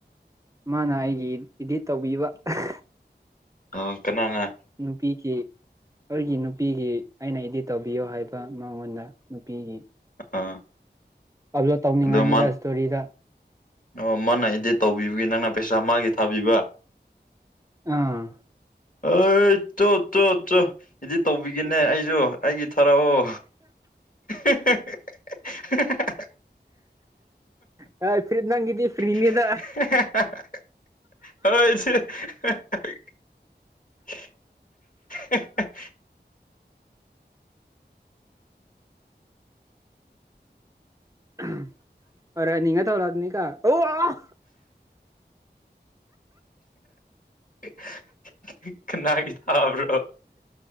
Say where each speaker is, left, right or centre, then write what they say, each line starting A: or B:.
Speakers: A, on the right; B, on the left.
A: ꯃꯥꯅ ꯑꯩꯒꯤ ꯏꯗꯤꯠ ꯇꯧꯕꯤꯕ ꯑꯍꯥ
B: ꯑ ꯀꯅꯥꯅ
A: ꯄꯤ ꯀꯦ ꯑꯩꯒꯤ ꯅꯨꯄꯤꯒꯤ ꯑꯩꯅ ꯏꯗꯤꯠ ꯇꯧꯕꯤꯌꯣ ꯍꯥꯏꯕ ꯃꯉꯣꯟꯗ ꯅꯨꯄꯤꯒꯤ
B: ꯑꯥ
A: ꯑꯕꯂꯣꯠ ꯇꯧꯅꯤꯡꯉꯥꯏꯅꯤꯗ
B: ꯑꯗꯣ ꯃꯥ
A: ꯏꯁꯇꯣꯔꯤꯗ
B: ꯑꯣ ꯃꯥꯅ ꯏꯗꯤꯠ ꯇꯧꯕꯤꯕꯒꯤ ꯅꯪꯅ ꯄꯩꯁꯥ ꯃꯥꯒꯤ ꯊꯥꯕꯤꯕ
A: ꯑꯥ
B: ꯑꯩ ꯇꯣ ꯇꯣ ꯇꯣ ꯏꯗꯤꯠ ꯇꯧꯕꯤꯒꯦꯅꯦ ꯑꯩꯁꯨ ꯑꯩꯒꯤ ꯊꯥꯔꯛꯑꯣ ꯍꯍꯍꯍꯥ
A: ꯍꯍꯍ ꯑ ꯐꯔꯤꯠ ꯅꯪꯒꯤꯗꯤ
B: ꯍꯍꯍꯍꯍ
A: ꯐ꯭ꯔꯤꯅꯤꯗ
B: ꯍꯣꯏꯁꯦ ꯍꯍꯍꯍꯍꯥꯍꯥꯍꯥꯍ
A: <unintelligible>
B: ꯍꯥꯍꯥꯍꯥ ꯀꯥꯅꯒꯤ ꯊꯥꯕ꯭ꯔꯣ